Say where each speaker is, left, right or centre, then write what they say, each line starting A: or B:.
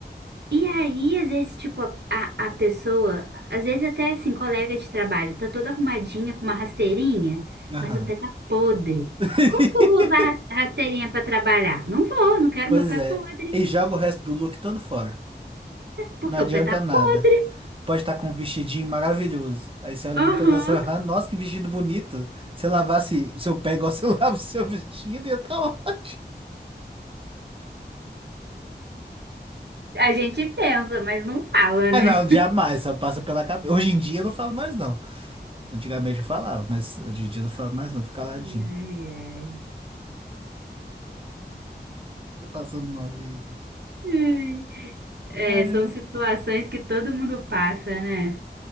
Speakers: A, on the right (about 75°); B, on the right (about 30°).
A: e aí, às vezes, tipo, a, a, a pessoa, às vezes até assim, colega de trabalho, tá toda arrumadinha com uma rasteirinha,
B: aham.
A: mas o pé tá podre.
B: <laughs>
A: Como que eu vou usar ras- rasteirinha pra trabalhar? Não vou, não quero
B: Pois
A: meu pé
B: é.
A: podre,
B: E joga o resto do look todo fora.
A: porque
B: Não adianta
A: o pé tá
B: nada.
A: podre.
B: pode estar com um vestidinho maravilhoso. Aí você olha
A: Aham.
B: pro pé e fala assim, "Ah, nossa, que vestido bonito. Se lavasse o seu pé igual você <laughs> lava o seu vestido, ia estar <laughs> ótimo.
A: A gente pensa, mas não fala,
B: Ah,
A: né?
B: não, jamais, só passa pela cabeça. Hoje em dia eu não falo mais, não. Antigamente eu falava, mas hoje em dia eu não falo mais, não. Fica
A: Ai,
B: ladinho.
A: ai.
B: Tô passando mal de... rir aqui.
A: Ai. É,
B: Ai,
A: são situações que todo mundo passa, né?